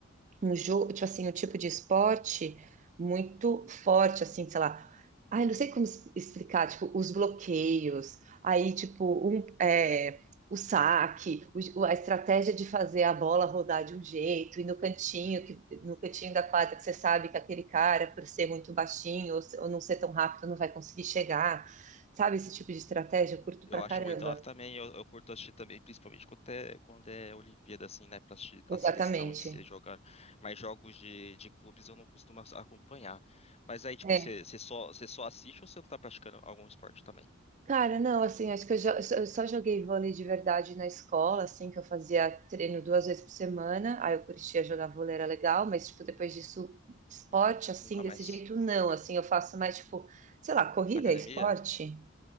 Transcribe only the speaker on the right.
um jogo, tipo assim, um tipo de esporte muito forte, assim, sei lá. Ai, não sei como es- explicar, tipo, os bloqueios, aí, tipo, um, é, o saque, o j- a estratégia de fazer a bola rodar de um jeito, e no cantinho, que, no cantinho da quadra que você sabe que aquele cara, por ser muito baixinho ou, se- ou não ser tão rápido, não vai conseguir chegar. Sabe esse tipo de estratégia? Eu curto
pra
caramba.
Exatamente.
É.
Cara, não, assim, acho que eu, jo- eu só joguei vôlei de verdade na escola, assim, que eu fazia treino duas vezes por semana, aí eu curtia jogar vôlei, era legal, mas, tipo, depois disso, esporte, assim,
desse
jeito, não, assim, eu faço mais, tipo, sei lá, corrida
é esporte?